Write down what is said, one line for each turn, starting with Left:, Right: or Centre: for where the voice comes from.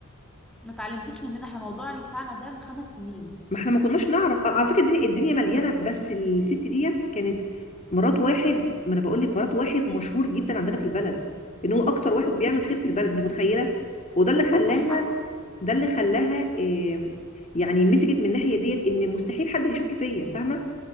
Centre: <laughs> ما اتعلمتوش مننا احنا الموضوع اللي بتاعنا ده من خمس سنين
Left: ما احنا ما كناش نعرف آه، على فكرة الدنيا الدنيا مليانة بس الست ديت كانت مرات واحد ما انا بقول لك مرات واحد مشهور جدا عندنا في البلد ان هو اكتر
Centre: ايوه
Left: واحد بيعمل خير في البلد انت متخيلة وده اللي خلاها
Centre: صح
Left: ده اللي خلاها آه، يعني مسكت من الناحيه ديت ان مستحيل حد هيشك فيا فاهمه